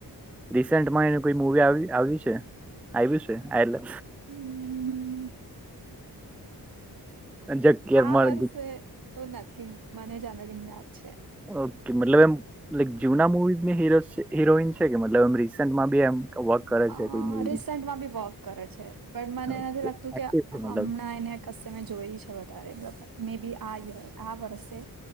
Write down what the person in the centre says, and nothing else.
રિસેમાં એ વી આવી આવી છે, આવ્યુ છે એટલે
જક
મળ
ઓકે મતલબ એમ લક જુના મુવીઝની હીરો હીરોઈન છે, કે મતલબ એમ રિસેન્ટમાં બી એમ વર્ક કરે છે
કોઈ મૂવીમાં
ઓકે,
એક્ટિવ છે
મતલબ